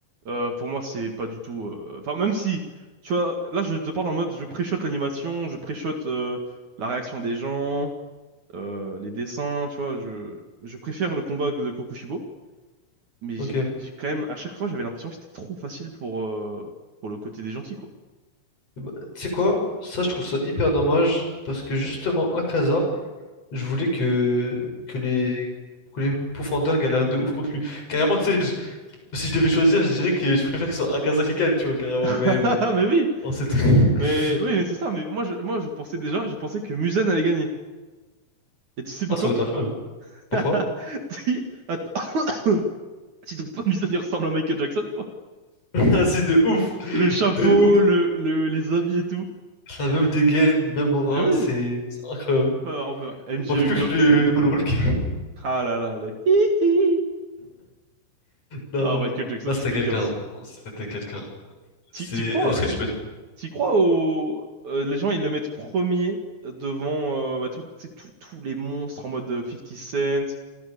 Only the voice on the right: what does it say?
Euh, pour moi, c'est pas du tout... euh, Enfin, même si, tu vois, là, je te parle en mode, je préchote l'animation, je préchote euh, la réaction des gens. Euh, les dessins, tu vois, je, je préfère le combat de Kokushibo, mais
j'ai j'ai quand même, à chaque fois, j'avais l'impression que c'était trop facile pour, euh, pour le côté des gentils, quoi.
<laughs>
Mais oui,
mais oui, mais c'est ça, mais moi, je, moi, je pensais déjà, je pensais que Muzan allait gagner. Et tu sais pourquoi?
<laughs> Si- Attends. <coughs> Tu trouves pas Muzan, il ressemble à Michael Jackson, quoi?
Le chapeau,
le, le- les habits et tout.
Mais oui,
Enfin, enfin, MJ
le
GOAT.
Ah là là, le hi hi.
Ah, Michael Jackson,
c'est quelqu'un
aussi.
T'y
t'y
crois,
t'y
t'y crois au... euh, les gens, ils le mettent premier devant euh, bah, tout- tu sais, tout- tous les monstres en mode euh, 50 Cent,